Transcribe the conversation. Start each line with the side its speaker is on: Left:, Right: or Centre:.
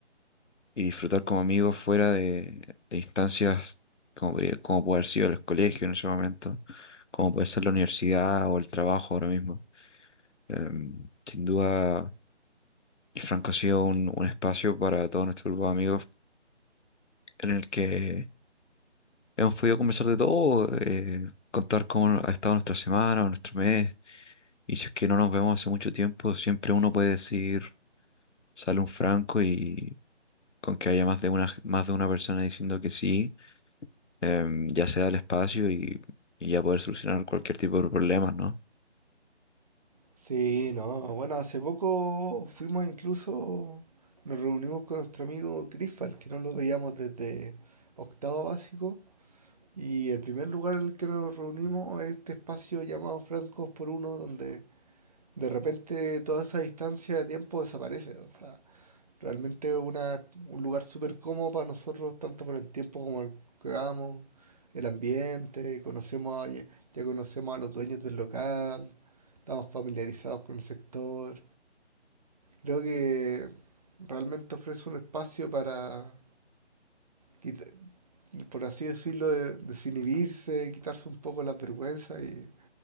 Left: y disfrutar como amigos fuera de, de instancias como, podría- como puede haber sido el colegio en ese momento, como puede ser la universidad o el trabajo ahora mismo. Em, sin duda, el Franco ha sido un, un espacio para todo nuestro grupo de amigos en el que hemos podido conversar de todo, eh, contar cómo ha estado nuestra semana o nuestro mes. Y si es que no nos vemos hace mucho tiempo, siempre uno puede decir, sale un Franco y con que haya más de una, más de una persona diciendo que sí em, ya se da el espacio y, y ya poder solucionar cualquier tipo de problemas, ¿no?
Right: Sí, no, bueno, hace poco fuimos incluso, nos reunimos con nuestro amigo Crisfal, que no lo veíamos desde octavo básico, Y el primer lugar en el que nos reunimos es este espacio llamado Francos por Uno, donde de repente toda esa distancia de tiempo desaparece. O sea, realmente una, un lugar súper cómodo para nosotros, tanto por el tiempo como el que vamos, el ambiente, conocemos a- ya conocemos a los dueños del local, estamos familiarizados con el sector. Creo que realmente ofrece un espacio para, quita- por así decirlo, de- desinhibirse, quitarse un poco las vergüenzas y